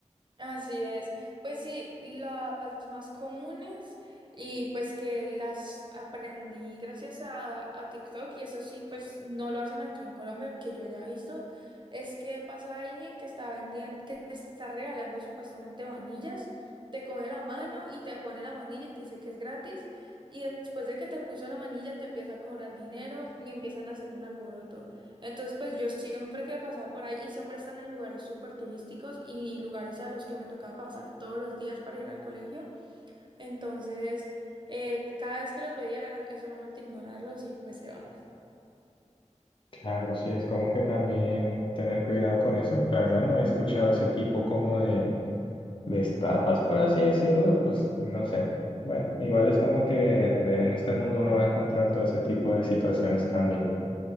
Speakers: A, on the right; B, on the left.
A: Así es. Pues sí, las más comunes y pues que las aprendí gracias a, a TikTok y eso sí, pues no lo hacen aquí en Colombia, que yo haya visto, es que pasa alguien que está vendiendo, que te está regalando supuestamente manillas, te coge la mano y te pone la manilla y te dice que es gratis y después de que te puso la manilla te empieza a cobrar dinero y empiezan a hacer un alboroto. Entonces, pues yo siempre que pasaba por ahí y siempre están en lugares súper turísticos y lugares a los que me tocaba pasar todos los días para ir al colegio. Entonces, eh, cada vez que los veía era- es solamente ignorarlos y pues se van.
B: Claro, sí, es como que también tener cuidado con eso. La verdad no he escuchado ese tipo como de, de estafas, por así decirlo, pues no sé. Bueno, igual es como que de- en este mundo uno va a encontrar todo ese tipo de situaciones también.